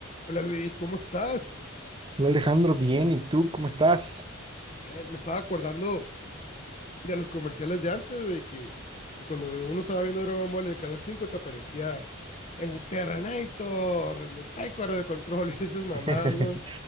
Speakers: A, on the left; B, on the right.
A: Hola Luis, ¿cómo estás?
B: Hola Alejandro, bien, ¿y tú cómo estás?
A: Bien, me estaba acordando de los comerciales de antes, güey, que, que cuando uno estaba viendo Dragon Ball en el canal 5, te aparecía el Terrenator, el Taiko a Radio Control <laughs> y esas mamadas,
B: <laughs>
A: ¿no?